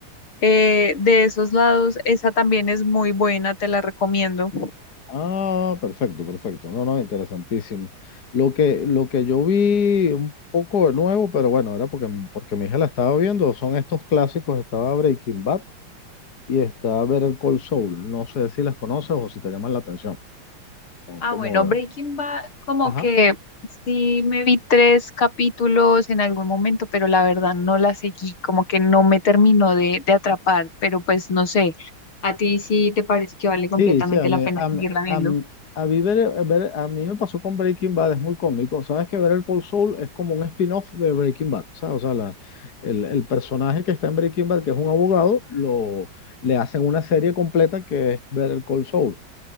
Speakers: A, on the left; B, on the left.
A: eh, de esos lados, esa también es muy buena, te la recomiendo.
B: Ah, perfecto, perfecto. No, no, interesantísimo. Lo que, lo que yo vi un poco de nuevo, pero bueno, era porque, porque mi hija la estaba viendo, son estos clásicos, estaba Breaking Bad y está Better Call Saul. No sé si las conoces o si te llaman la atención. Son
A: Ah,
B: como
A: bueno,
B: de...
A: Breaking Bad, como
B: Ajá.
A: que sí me vi tres capítulos en algún momento, pero la verdad no la seguí, como que no me terminó de, de atrapar, pero pues no sé, ¿a ti sí te parece que vale completamente
B: Sí, sí, a mí,
A: la pena
B: a, mí-
A: seguirla viendo?
B: a, mí- a mí ver, a ver- a mí me pasó con Breaking Bad, es muy cómico. Sabes que ver el Cold Soul es como un spin-off de Breaking Bad. ¿sabes? O sea, la- el, el personaje que está en Breaking Bad, que es un abogado, lo, le hacen una serie completa que es ver el Cold Soul.